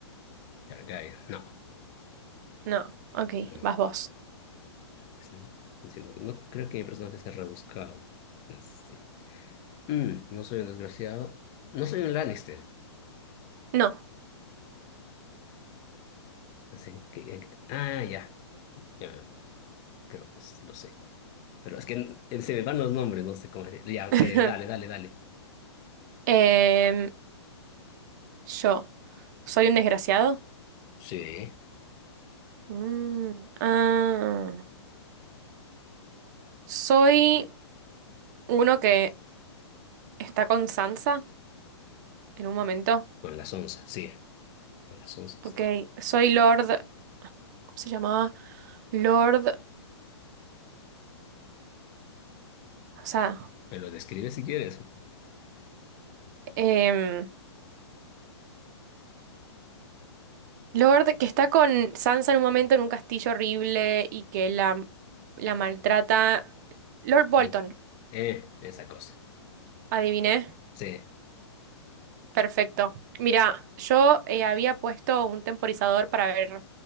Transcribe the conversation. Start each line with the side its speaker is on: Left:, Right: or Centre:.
Left: Targaryen. No,
Right: No, ok,
Left: no.
Right: vas vos.
Left: Sí, No no creo que mi personaje sea rebuscado. Así. Mm, no soy un desgraciado. No soy un Lannister.
Right: No.
Left: Así que- Ah, ya. Ya, creo que es- lo sé. Pero es que eh, se me van los nombres, no sé cómo decir. Ya,
Right: <laughs>
Left: eh, dale, dale, dale.
Right: Em, yo. ¿Soy un desgraciado?
Left: Sí,
Right: Mm, ah. soy uno que está con Sansa en un momento.
Left: con las onzas, sí, con las onzas.
Right: Ok, soy Lord. ¿Cómo se llamaba? Lord. O sea,
Left: Me lo describes si quieres.
Right: em, Lord que está con Sansa en un momento en un castillo horrible y que la, la maltrata. Lord Bolton,
Left: Mm. Eh, esa cosa.
Right: adiviné.
Left: Sí.
Right: Perfecto. Mira, yo eh, había puesto un temporizador para ver